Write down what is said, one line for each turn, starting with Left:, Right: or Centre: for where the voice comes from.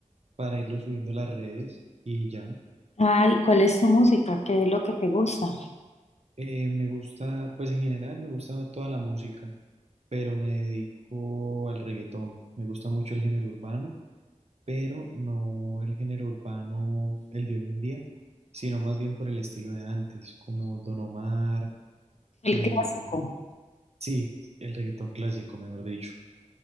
Right: para irlo subiendo a las redes y ya.
Left: Ay, ¿cuál es tu música? ¿Qué es lo que te gusta?
Right: Eh, me gusta, pues en general me gusta toda la música, pero me dedico al reggaetón. Me gusta mucho el género urbano pero no el género urbano, el de hoy en día, sino más bien por el estilo de antes, como Don Omar,
Left: El
Right: eh,
Left: clásico.
Right: sí, el reggaetón clásico, mejor dicho.